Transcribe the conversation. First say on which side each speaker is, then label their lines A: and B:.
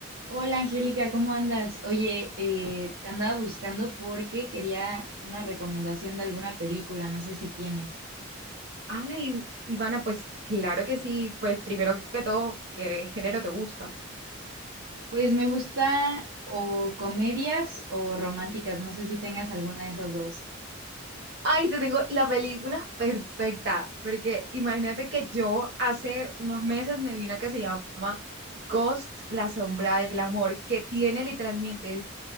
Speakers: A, on the right (about 70°); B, on the right (about 50°).
A: Hola Angélica, ¿cómo andas? Oye, eh, te andaba buscando porque quería una recomendación de alguna película, no sé si tienes.
B: Ay, Ivana, pues claro que sí. Pues primero que todo, ¿qué género te gusta?
A: Pues me gusta o comedias o románticas, no sé si tengas alguna de esas dos.
B: Ay, te tengo la película perfecta, porque imagínate que yo hace unos meses me vi una que se llama Ghost, la sombra del amor, que tiene literalmente